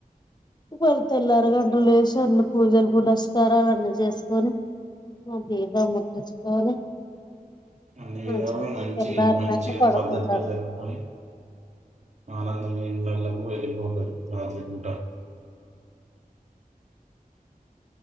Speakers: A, on the left (about 30°); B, on the right (about 50°).
A: మల్లా తెల్లర గంటలు లేసి అన్ని పూజలు పురస్కారాలు అన్ని చేసుకొని మా దీపం ముట్టించుకొని
B: అన్ని విధల
A: మంచిగా
B: మంచి
A: తెల్లారినాక
B: మంచిగా
A: పడుకుంటారు
B: పద్ధతిగా జరుపుకొని ఆనందగా ఇళ్లకు వెళ్ళిపోతారు రాత్రి పూట